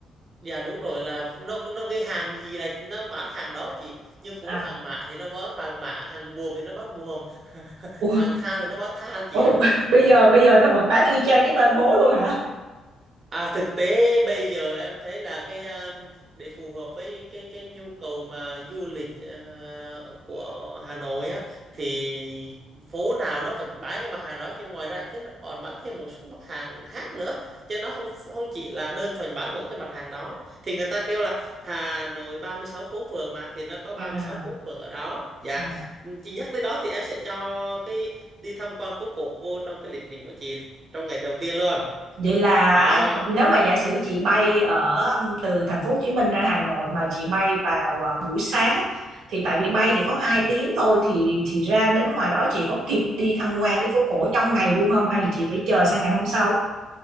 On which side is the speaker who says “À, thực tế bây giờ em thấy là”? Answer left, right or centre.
Right